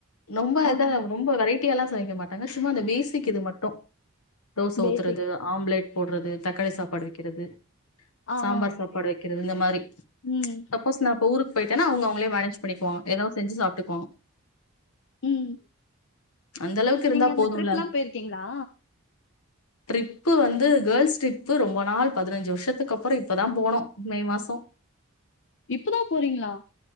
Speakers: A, on the left; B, on the left.
A: ரொம்ப
B: ஆ
A: இதா ரொம்ப வெரைட்டி எல்லா சமைக்க மாட் டாங்கா சும்மா அந்த பேசிக் இது மட்டு தோச
B: பேசிக்
A: ஊத்துறது ஆம்லேட் போடுறது தக்காளி சாப்பாடு வைக்கிறது
B: ஆ
A: சாம்பார்
B: ஆ
A: சாப்பாடு வைக்கிறது இந்த மாதிரி
B: ம்
A: சப்போஸ் நா இப்ப ஊருக்கு போயிட்டா அவுங்க அவங்களே மேனேஜ் பண்ணிக்குவாங் ஏதாச்சு செஞ்சு சாப்ட்டுக்குவாங்க
B: உம்
A: அந்த அளவுக்கு இருந்தா
B: நீங்க இந்த
A: போதும்ல
B: ட்ரிப் லா போயிருக்கீங்களா
A: ட்ரிப்பு வந்து கேர்ள்ஸ் ட்ரிப் ரொம்ப நாள் பதினஞ்சு வருஷத் துக்கு அப்புறம் இப்பதா போனோ மே மாசோ
B: இப்பதா போறீங்களா